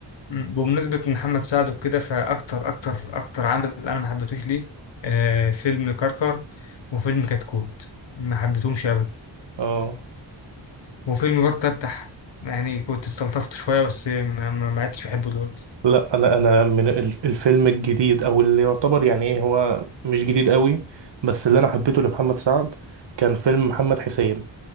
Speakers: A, on the left (about 70°); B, on the right (about 65°).
A: م، بمناسبه محمد سعد وكده فاكتر اكتر اكتر عمل انا ما حبيتهوش ليه آه فيلم كركر وفيلم كتكوت ما حبيتهمش ابدا
B: اه
A: وفيلم برضه تفتح يعني كنت استلطفت شويه بس ما ما- ما عدتش بحبه دلوقتي
B: لا انا انا من الف- الفيلم الجديد او اللي يعتبر يعني ايه هو مش جديد قوي بس اللي انا حبيته لمحمد سعد كان فيلم محمد حسين